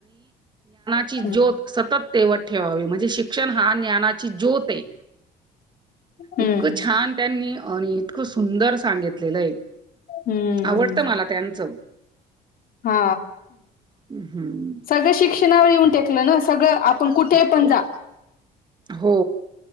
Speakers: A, on the right; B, on the left.
A: ज
B: हम्म
A: ज्योत स तेव ठेवा म्ह श शिक्षण हा ज्ञानाची ज्योत आहे
B: हम्म
A: इतकं छान त्यांनी आणि इतकं सुंदर सांगितलेलं एक
B: हम्म
A: आवडतं मला त्यांचं
B: हा
A: हम्म.
B: सगळं शिक्षणावर येऊन टेकलं ना सगळं पण कुठे
A: हो
B: पण जा
A: हो